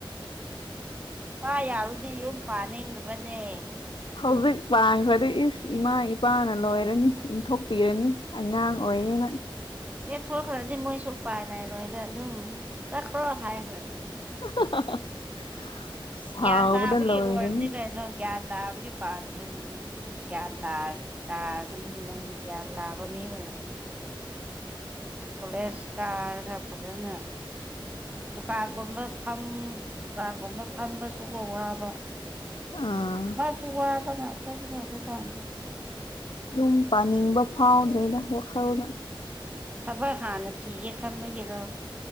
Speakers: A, on the right (about 15°); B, on the left (about 65°).
A: ꯄ ꯌꯥꯔꯨꯗꯤ ꯌꯨꯝ ꯄꯥꯅꯤꯡꯗꯕꯅꯦ
B: ꯍꯧꯖꯤꯛ ꯄꯥꯡꯈ꯭ꯔꯗꯤ ꯏꯁ ꯏꯃꯥ ꯏꯄꯥꯅ ꯂꯣꯏꯔꯅꯤ ꯏꯟꯊꯣꯛꯄꯤꯔꯅꯤ ꯑꯉꯥꯡ ꯑꯣꯏꯅ
A: ꯑꯦꯊꯈ꯭ꯔꯗꯤ ꯃꯣꯏꯁꯨ ꯎꯄꯥꯏ ꯂꯩꯔꯣꯏꯗ ꯑꯗꯨꯝ ꯆꯠꯈ꯭ꯔꯣ ꯍꯥꯏꯈ꯭ꯔꯗꯤ
B: <unintelligible> ꯁꯥꯎꯕꯗ
A: ꯒ꯭ꯌꯥꯟ ꯇꯥꯕꯒꯤ
B: ꯂꯣꯏꯔꯅꯤ
A: ꯑꯣꯏꯕꯅꯤ ꯀꯩꯅꯣ ꯒ꯭ꯌꯥꯟ ꯇꯥꯕꯒꯤ ꯄꯥꯟꯕꯥꯅꯤꯅ ꯒ꯭ꯌꯥꯟ ꯇꯥ ꯇꯥ ꯑꯃꯅꯤꯅ ꯅꯪꯗꯤ ꯒ꯭ꯌꯥꯟ ꯇꯥꯕ ꯃꯤ ꯑꯣꯏꯔꯝ ꯀꯣꯂꯦꯖ ꯀꯥꯔꯒ ꯐꯖꯅ ꯗꯨꯀꯥꯟꯒꯨꯝꯕ ꯐꯝ ꯗꯨꯀꯥꯟꯒꯨꯝꯕ ꯐꯝꯃꯁꯨ ꯋꯥꯕ
B: ꯑꯥ
A: ꯐꯁꯨ ꯋꯥꯕ ꯉꯇꯅꯗ ꯊꯗ
B: ꯌꯨꯝ ꯄꯥꯅꯤꯡꯕ ꯐꯥꯎꯗ꯭ꯔꯦꯗ ꯋꯥꯈꯜꯗ
A: ꯊꯕꯛ ꯍꯥꯟꯅ ꯊꯤꯒꯦ ꯈꯟꯕꯒꯤꯔꯣ